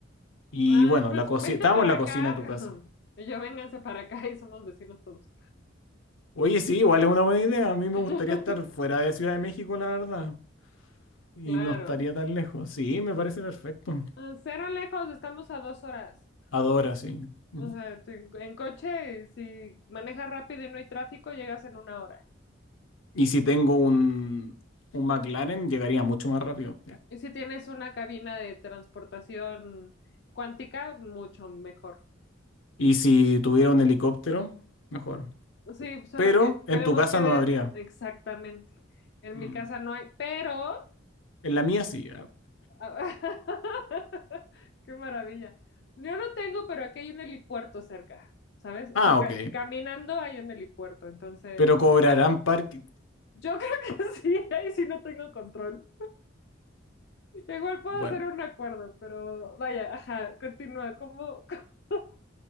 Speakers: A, on the left; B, on the left.
A: Y
B: ay,
A: bueno,
B: pues
A: la cocina,
B: vente
A: estábamos
B: para
A: en la
B: acá.
A: cocina de tu casa.
B: <laughs> Y yo, vénganse para acá y somos vecinos todos.
A: Oye, sí, igual es una buena idea. A mí me
B: <laughs>
A: gustaría estar fuera de Ciudad de México, la verdad. Y
B: Claro.
A: no estaría tan lejos. Sí, me parece perfecto.
B: Ah, Cero lejos, estamos a dos horas.
A: Adora, sí. Ujú.
B: O sea, te- en coche, si manejas rápido y no hay tráfico, llegas en una hora.
A: Y si tengo un, un McLaren, llegaría mucho más rápido.
B: Y si tienes una cabina de transportación cuántica, mucho mejor.
A: Y si tuviera un helicóptero, mejor.
B: Sí, solo
A: Pero
B: que
A: en
B: tenemos
A: tu casa
B: que
A: no
B: ver
A: habría.
B: exactamente. En
A: Mm.
B: mi casa no hay, pero...
A: En la mía sí. Ah,
B: <laughs> Qué maravilla. Yo no tengo, pero aquí hay un helipuerto cerca, ¿sabes? O
A: Ah,
B: sea, ca-
A: ok.
B: caminando hay un helipuerto, entonces...
A: Pero cobrarán parking.
B: Yo creo que <laughs> sí, ahí sí no tengo control. Igual puedo
A: Bueno,
B: hacer un acuerdo, pero vaya, ajá, continúa. ¿Cómo, <laughs>